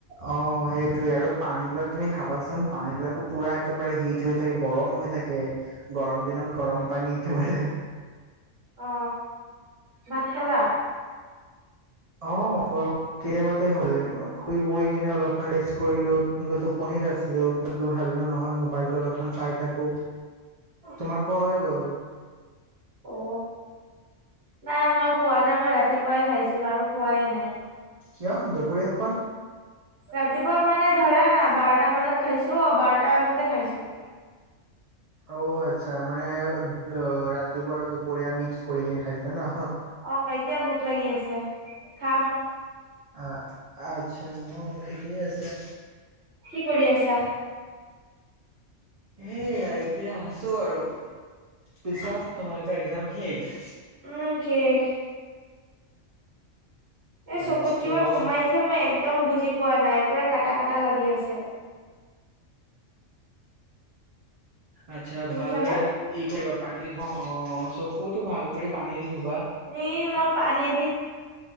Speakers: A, on the right; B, on the right.
A: অ সেইটোৱে আৰু পানী বিলাক তুমি খাবাচোন পানী বিলাকো পুৰা একেবাৰে হিট হৈ থাকে গৰম হৈ থাকে গৰম দিনত গৰম পানী একেবাৰে
B: অ ভাত খালা
A: অ খোৱা কতিয়াবাতে হ'ল অ শুই বৈ কিনে অলপ মান ৰেষ্ট কৰিলো টোপনিত আছিলো কি ভাবিলো নহয় মোবাইলটো অলপমান চাই থাকো তোমাৰ খোৱা হৈ গল
B: অ নাই মই খোৱা না মই ৰাতিপুৱাই খাইছো জোলাৰো খোৱাইে নাই
A: কিয় দুপৰীয়া খোৱা নাই
B: ৰাতিপুৱা মানে ধৰা না বাৰটা মানত খাইছো অ বাৰটা মানতে খাইছো
A: অ আচ্ছা মানে অ ৰাতিপুৱা আৰু দুপৰীয়া মিক্স কৰি কিনে খাইছে ন
B: অ এতিয়া ভোক লাগি আছে খাম
A: অ আচ্ছা অ ঠিকেই আছে
B: কি কৰি আছা?
A: এয়া এতিয়া আছো আৰু পিছত তোমালোকৰ একজাম শেষ।
B: উম কেষ এ চকুত
A: আচ্ছা
B: কিবা
A: বন্ধ।
B: সোমাইছে মই এক একদম বুজি পোৱা নাই পুৰা কটা কটা লাগি আছে
A: আচ্ছা
B: শুনিছানে?
A: ভালদৰে এই কৰি বাপ পানী ধ অ চকুতো ভাল কৰি পানী ধূ
B: নি মই পানী দি